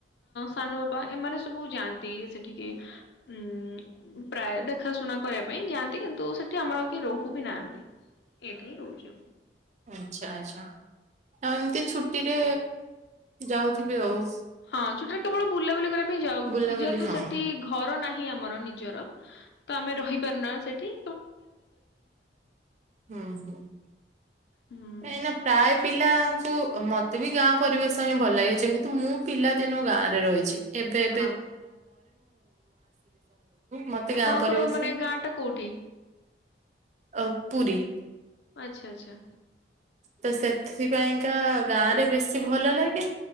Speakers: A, on the left (about 70°); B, on the right (about 40°).
A: ସାନ ବାପା ଏମାନେ ସବୁ ଯାଆନ୍ତି ସେଠିକି ଉ ପ୍ରାୟ ଦେଖା କରିବା ପାଇଁ ଯାଆନ୍ତି। କିନ୍ତୁ ସେଠି ଆମର ଆଉ କି ରହୁ ବି ନାହାନ୍ତି ଏଠି ହିଁ ରହୁଛି।
B: ଆଛା ଆ ଛା ଆଉ ଏମିତି ଛୁଟିରେ ଯାଉଥିବେ ଆଉ।
A: ହଁ ଛୁଟି ରେ କେବଳ ବୁଲାବୁଲି କରିବା ପାଇଁ ଯାଉ।
B: ବୁଲାବୁଲି
A: କି ଯେହେତୁ
B: ହଁ
A: ସେଠି ଘର ନାହିଁ ହିଁ ଆମର ନିଜର ତ ଆମେ ରହିପାରୁନା ସେଠି
B: ହୁଁ
A: ହୁଁ।
B: ଏଇନା ପ୍ରାୟ ପିଲା ମତେ ବି ଗାଁ ପରିବେଶ ହିଁ ଭଲ ଲାଗେ ଯେହେତୁ ମୁଁ ପିଲା ଦିନୁ ଗାଁରେ ରହିଛି। ଏବେ
A: ହଁ
B: ମତେ
A: ଆପଣଙ୍କର
B: ଗାଁ ପରିବେଶ
A: ମାନେ ଗାଁ ଟା କୋଉଠି
B: ଆଉ ପୁରୀ।
A: ଆଛା ଆଛା।
B: ତ ସେଥିପାଇଁକା ଗାଁ ରେ ବେଶୀ ଭଲ ଲାଗେ